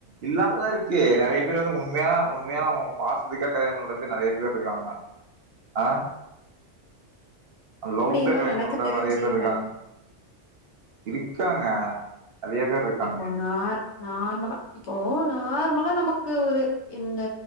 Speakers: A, on the right; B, on the left.
A: இல்லாமதா இருக்கு நெறைய பேர் வந்து உண்மையான உண்மையான பாசத்துக்கா கல்யாணோ பண்ற பேர் நெறைய பேர் இருக்காங்க ஆ லவ்கா
B: அப்டியெல்லா
A: கல்யாணம்
B: எனக்கு
A: பண்றவங்க
B: தெரிஞ்சு
A: நெறைய பேர்
B: இல்ல
A: இருக்காங்க இருக்காங்க அதேதா இருக்
B: இப்ப நார் நார்மலா இப்போ நார்மலா நமக்கு ஒரு இந்த